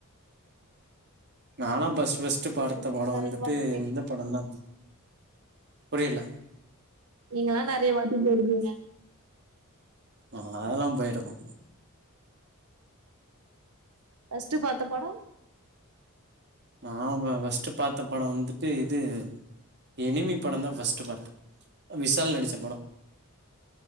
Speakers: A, on the right; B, on the right.
A: நால்லா ஃபர்ஸ்ட்டு ஃபர்ஸ்ட்டு பார்த்த
B: நீங்கல்லா
A: படம்
B: நெறைய
A: வந்துட்டு
B: வாட்டி போயிருப்பீங்க
A: இந்த படந்தா புரியல
B: நீங்கெல்லா நெறயா வாட்டி போயிருக்குங்க
A: நாங்க அதெல்லா போய்ருக்கோ
B: ஃபர்ஸ்ட்டு பாத்த பட
A: நா வ ஃபர்ஸ்ட்டு பார்த்த படம் வந்துட்டு இது எனிமி படம் தா ஃபர்ஸ்ட்டு பாத்தே விசால் நடிச்ச
B: இந்த
A: படம்